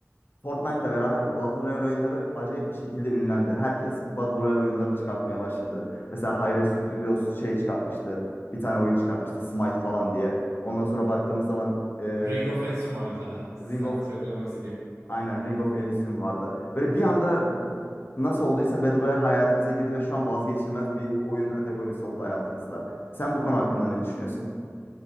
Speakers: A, on the left; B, on the right.
A: Fortnite'la beraber Battle Royale oyunları acayip bir şekilde ünlendi. Herkes Battle Royale oyunları çıkartmaya başladı. Mesela Hi-Rez Studios şey çıkartmıştı. Bir tane oyun çıkartmıştı Smite falan diye. Ondan sonra baktığımız zaman e,
B: Ring of Elsin vardı bir tane. Seninle
A: Ring of
B: sürekli oynamak istediğim.
A: aynen Ring of Elysium vardı. Böyle bir anda nasıl olduysa Battle Royale hayatımıza girdi ve şu an vazgeçilmez bir oyun kategorisi oldu hayatımızda. Sen bu konu hakkında ne düşünüyorsun?